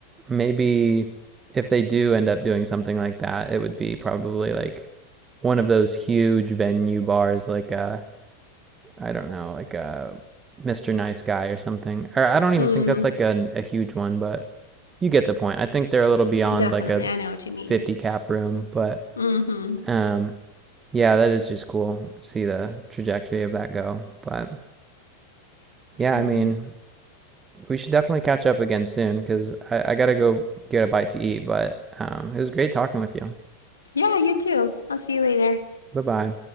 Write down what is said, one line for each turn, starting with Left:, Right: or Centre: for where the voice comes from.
Right: Maybe if they do end up doing something like that, it would be probably like one of those huge venue bars, like a I don't know, like a Mr. Nice Guy or something. Or I don't even
Left: Mm,
Right: think that's like a, a huge one, but you get the point. I think they're a little beyond
Left: definitely.
Right: like a
Left: I know what you mean.
Right: 50 cap room, but
Left: Mm-hmm.
Right: um, yeah, that is just cool. to See the trajectory of that go. But yeah,
Left: Definitely.
Right: I mean, we should definitely catch up again soon because I, I gotta go get a bite to eat. But um, it was great talking with you.
Left: Yeah, you too. I'll see you later.
Right: Bye bye.